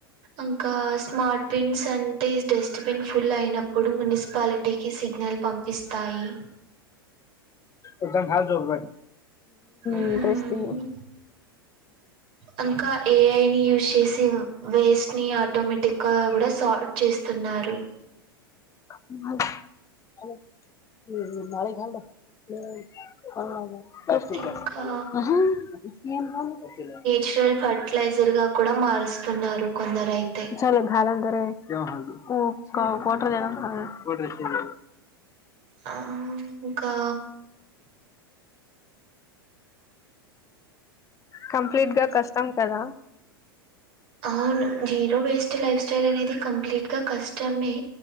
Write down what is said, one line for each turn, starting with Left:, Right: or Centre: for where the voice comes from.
Right: ఇంకా స్మార్ట్ పింగ్స్ అంటే డస్ట్ బిన్ ఫుల్ అయినప్పుడు మున్సిపాలిటీకి సిగ్నల్ పంపిస్తాయి
Left: మ్మ్
Right: మ్మ్.
Left: ఇంట్రెస్టింగ్
Right: ఇంకా ఏఐని యూజ్ చేసి వేస్ట్ ని ఆటోమేటిగ్గా కూడ సార్ట్ చేస్తున్నారు
Left: <inaudible> <unintelligible> <unintelligible>
Right: ఇంకా చురల్ ఫర్టిలైజర్ గా కూడ మారుస్తున్నారు కొందరైతే
Left: <unintelligible>
Right: మ్ ఇంకా
Left: కంప్లీట్ గా కష్టం కదా
Right: అవును జీరో వేస్ట్ లైఫ్ స్టైల్ అనేది కంప్లీట్గా కష్టమే